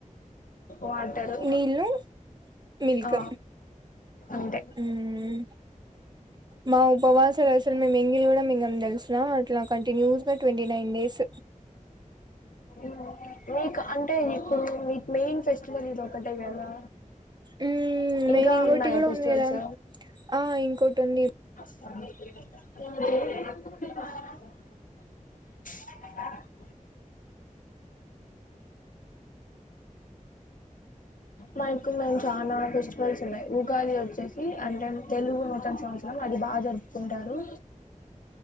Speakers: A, on the left; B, on the right.
A: వాటరు
B: నీళ్లు మిల్క్
A: ఆ అంతే
B: ఉమ్ మా ఉపవాసాలు అసలు మేము ఎంగిలి కూడా మింగం తెలుసున అట్లా కంటిన్యూస్ గా ట్వంటీ నైన్ డేస్
A: మ్ మీకు అంటే ఇప్పుడు మీకు మెయిన్ ఫెస్టివల్ ఇది ఒకటే కదా
B: ఉమ్
A: ఇంకా
B: మెయిన్ ఇంకోటి
A: ఉన్నాయా
B: కూడా
A: ఫెస్టివల్స్
B: ఉంది కదా ఆ ఇంకోటి ఉంది
A: అ మాకు మేము చాలా ఫెస్టివల్స్ ఉన్నాయి ఉగాది వచ్చేసి అంటే తెలుగు నూతన సంవత్సరం అది బాగా జరుపుకుంటారు